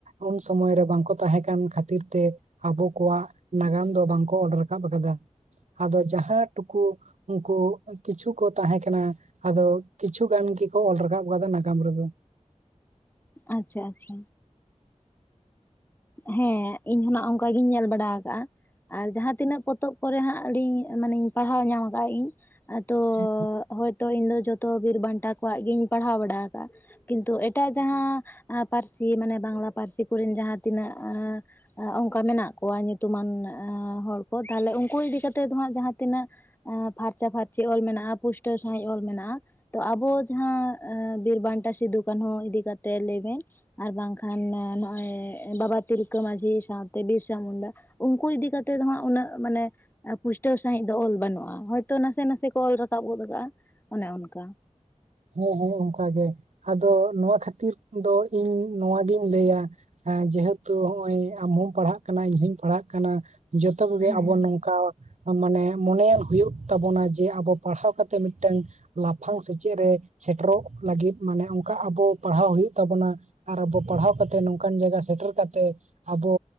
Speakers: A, on the right; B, on the left.
A: ᱩᱱ ᱥᱚᱢᱚᱭ ᱨᱮ ᱵᱟᱝᱠᱚ ᱛᱟᱦᱮᱸ ᱠᱟᱱ ᱠᱷᱟᱹᱛᱤᱨ ᱛᱮ ᱟᱵᱚ ᱠᱚᱣᱟᱜ ᱱᱟᱜᱟᱢ ᱫᱚ ᱵᱟᱝ ᱠᱚᱼᱼ ᱠᱚ ᱚᱞ ᱨᱟᱠᱟᱵ ᱟᱠᱟᱫᱟ ᱟᱫᱚ ᱡᱟᱦᱟᱸ ᱴᱩᱠᱩ ᱩᱱᱠᱩᱼᱼ ᱠᱤᱪᱷᱩ ᱠᱚ ᱛᱟᱦᱮᱸ ᱠᱟᱱᱟ ᱟᱫᱚ ᱠᱤᱪᱷᱩ ᱜᱟᱱ ᱜᱮᱠᱚ ᱚᱞ ᱨᱟᱠᱟᱵ ᱟᱠᱟᱫᱟ ᱱᱟᱜᱟᱢ ᱨᱮᱫᱚᱼᱼ
B: ᱟᱪᱪᱷᱟ ᱟᱪᱪᱷᱟ ᱦᱮᱸ ᱤᱧ ᱦᱚᱸ ᱱᱟᱜ ᱚᱱᱠᱟ ᱜᱤᱧ ᱧᱮᱞ ᱵᱟᱲᱟ ᱟᱠᱟᱜᱼᱟ᱾ ᱟᱨ ᱡᱟᱦᱟᱸ ᱛᱤᱱᱟᱹᱜ ᱯᱚᱛᱚᱵᱽ ᱠᱚᱨᱮ ᱦᱟᱸᱜ ᱞᱤᱧ ᱢᱟᱱᱮ ᱯᱟᱲᱦᱟᱣ ᱧᱟᱢ ᱟᱠᱟᱫ ᱤᱧ ᱛᱚᱼᱼ
A: ᱦᱮᱸ
B: ᱦᱳᱭᱛᱚ ᱤᱧ ᱫᱚ ᱡᱚᱛᱚ ᱵᱤᱨ ᱵᱟᱱᱴᱟ ᱠᱚᱣᱟᱜ ᱜᱮᱤᱧᱼᱼ ᱯᱟᱲᱦᱟᱣ ᱵᱟᱲᱟ ᱟᱠᱟᱜᱼᱟ ᱠᱤᱱᱛᱩ ᱮᱴᱟᱜ ᱡᱟᱦᱟᱸ ᱯᱟᱹᱨᱥᱤ ᱢᱟᱱᱮ ᱵᱟᱝᱞᱟ ᱯᱟᱹᱨᱥᱤ ᱠᱚᱨᱮᱱ ᱡᱟᱦᱟᱸᱼᱼ ᱛᱤᱱᱟᱹᱜ ᱚᱱᱠᱟ ᱢᱮᱱᱟᱜ ᱠᱚᱣᱟ ᱧᱩᱛᱩᱢᱟᱱ ᱦᱚᱲ ᱠᱚ ᱛᱟᱦᱞᱮ ᱩᱱᱠᱩ ᱤᱫᱤ ᱠᱟᱛᱮᱜ ᱫᱚ ᱦᱟᱸᱜ ᱡᱟᱦᱟᱸᱛᱤᱱᱟᱹᱜᱼᱼ ᱯᱷᱟᱨᱪᱟᱼ ᱯᱷᱟᱨᱪᱤ ᱚᱞ ᱢᱮᱱᱟᱜᱼᱟ ᱯᱩᱥᱴᱟᱹᱣ ᱥᱟᱺᱦᱤᱡ ᱚᱞ ᱢᱮᱱᱟᱜᱼᱟ᱾ ᱛᱚ ᱟᱵᱚ ᱡᱟᱦᱟᱸ ᱵᱤᱨ ᱵᱟᱱᱴᱟ ᱥᱤᱫᱩ ᱠᱟᱹᱱᱦᱩ ᱤᱫᱤ ᱠᱟᱛᱮ ᱞᱟᱹᱭᱵᱤᱱ, ᱟᱨ ᱵᱟᱝᱠᱷᱟᱸᱱᱱ ᱱᱚᱜᱼᱚᱭ, ᱮᱸ ᱵᱟᱵᱟ ᱛᱤᱞᱠᱟᱹ ᱢᱟᱺᱡᱷᱤ ᱥᱟᱶᱛᱮ ᱵᱤᱨᱥᱟᱹ ᱢᱩᱱᱰᱟᱹ ᱩᱱᱠᱩ ᱤᱫᱤ ᱠᱟᱛᱮ ᱫᱚ ᱦᱟᱸᱜ ᱩᱱᱟᱹᱜ ᱢᱟᱱᱮ ᱮᱸ ᱯᱩᱥᱴᱟᱹᱣ ᱥᱟᱺᱦᱤᱡ ᱫᱚ ᱚᱞ ᱵᱟᱹᱱᱩᱜᱼᱟ, ᱦᱚᱭ ᱛᱳ ᱱᱟᱥᱮ ᱱᱟᱥᱮ ᱠᱚ ᱚᱞ ᱨᱟᱠᱟᱵ ᱜᱚᱫ ᱟᱠᱟᱫᱼᱟ ᱚᱱᱮ ᱚᱱᱠᱟ᱾
A: ᱦᱮᱸ ᱦᱮᱸ ᱚᱸᱠᱟ ᱜᱮ ᱟᱫᱚ ᱱᱚᱣᱟ ᱠᱷᱟᱹᱛᱤᱨᱠ ᱫᱚ ᱤᱧ ᱱᱚᱣᱟ ᱜᱤᱧ ᱞᱟᱹᱭᱼᱟ, ᱮᱸ ᱡᱮᱦᱮᱛᱩ ᱦᱚᱸᱜᱼᱚᱭ ᱟᱢᱦᱚᱸᱢ ᱯᱟᱲᱦᱟᱜ ᱠᱟᱱᱟ ᱤᱧ ᱦᱩᱸᱧ ᱯᱟᱲᱦᱟᱜ ᱠᱟᱱᱟ ᱡᱚᱛᱚ ᱠᱚᱜᱮ
B: ᱦᱮᱸ
A: ᱟᱵᱚ ᱱᱚᱝᱠᱟ ᱦᱚᱭ ᱢᱟᱱᱮ ᱢᱚᱱᱮᱭᱟᱱ ᱦᱩᱭᱩᱜ ᱛᱟᱵᱚᱱᱟ ᱡᱮ ᱟᱵᱚ ᱯᱟᱲᱦᱟᱣ ᱠᱟᱛᱮ ᱢᱤᱫᱴᱟᱹᱝ ᱞᱟᱯᱷᱟᱝ ᱥᱮᱪᱮᱫ ᱨᱮ ᱥᱮᱴᱮᱨᱚᱜ ᱞᱟᱹᱜᱤᱫ ᱢᱟᱱᱮ ᱚᱸᱠᱟ ᱟᱵᱚ ᱯᱟᱲᱦᱟᱣ ᱦᱩᱭᱩᱜ ᱛᱟᱵᱚᱱᱟ, ᱟᱨ ᱟᱵᱚ ᱯᱟᱲᱦᱟᱣ ᱠᱟᱛᱮ ᱱᱚᱝᱠᱟᱱ ᱡᱟᱭᱜᱟ ᱥᱮᱴᱮᱨ ᱠᱟᱛᱮ ᱟᱵᱚ